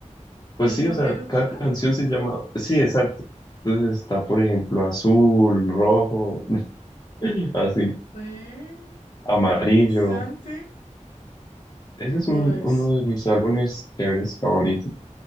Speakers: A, on the left (about 30°); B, on the left (about 80°).
A: pues
B: ¿El
A: sí,
B: nombre
A: o sea,
B: de un
A: cada
B: color?
A: canción se llama, sí, exacto. Entonces está, por ejemplo, azul, rojo, <laughs> así,
B: Fue
A: amarillo.
B: interesante.
A: Ese es
B: Pues
A: un- uno de mis álbumes chéveres favoritos.